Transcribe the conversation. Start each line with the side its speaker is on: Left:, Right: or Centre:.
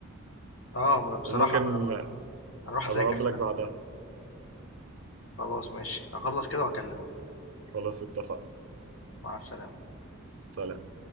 Left: اه ما بصراحه
Right: وممكن
Left: انا هروح
Right: أبقى
Left: أنا هروح
Right: أقابلك
Left: اذاكر فعلا.
Right: بعدها
Left: خلاص ماشي هخلص كده واكلمك
Right: خلاص اتفقنا
Left: مع السلامه
Right: سلام